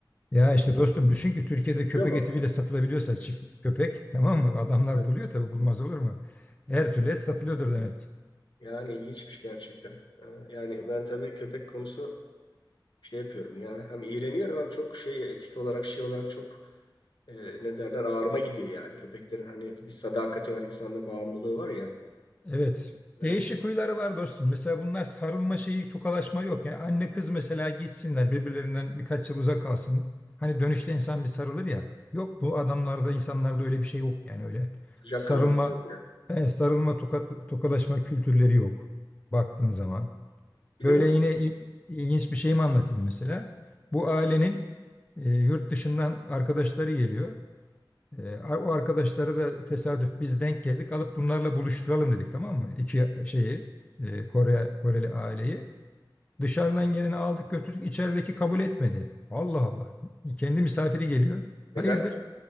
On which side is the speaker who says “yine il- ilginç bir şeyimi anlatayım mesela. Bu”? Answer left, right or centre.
Left